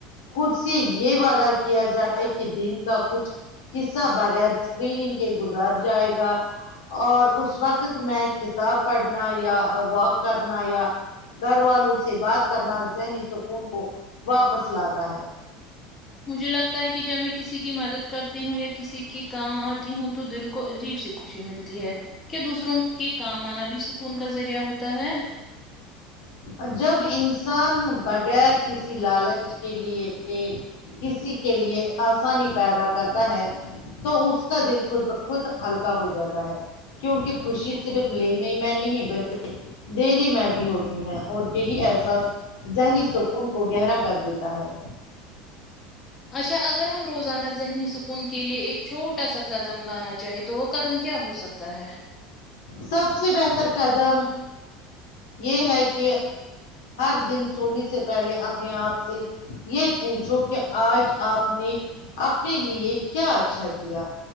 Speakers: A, on the left; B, on the left.
A: خود سے یہ وعدہ کیا جائے کہ دن کا کچھ حصہ بغیر اسکریننگ کے گزر جائے گا اور اس وقت میں کتاب پڑھنا یا واک کرنا یا گھر والوں سے بات کرنا ذہنی سکون کو واپس لاتا ہے
B: مجھے لگتا ہے کہ جب میں کسی کی مدد کرتی ہوں یا کسی کی کام آتی ہوں تو دل کو عجیب سی خوشی ملتی ہے کے دوسروں کے کام آنا بھی سکون کا ذریعہ ہوتا ہے
A: ا جب انسان بغیر کسی لالچ کے لیے کہ کسی کے لیے آسانی پیدا کرتا ہے تو اس کا دل خود با خود ہلکا ہو جاتا ہے کیونک خوشی صرف لینے میں نہیں بلکہ دینی میں بھی ہوتی ہیں اور یہی احساس ذہنی سکون کو گہرا کر دیتا ہے
B: اچھا اگر ہم روزانہ ذہنی سکون کے لیے ایک چھوٹا سا قدم لانا چاہیے تو وہ قدم کیا ہو سکتا ہے
A: سب سے بہتر قدم یہ ہے کہ ہر دن سونے سے پہلے اپنے آپ سے یہ پوچھو کہ آج آپ نے اپنے لیے کیا اچھا کیا